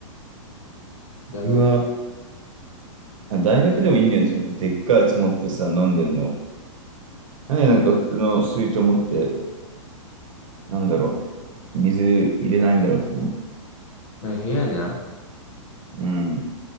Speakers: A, on the left; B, on the right.
A: じゃあ、
B: うわ、
A: どう、
B: 大学でもいいんだよね。そのでっかいやつ持ってさ、飲んでるの。なんでなんか普通の水筒持って、なんだろう、水入れないんだろうとか思って。
A: ね部屋でな。
B: うん。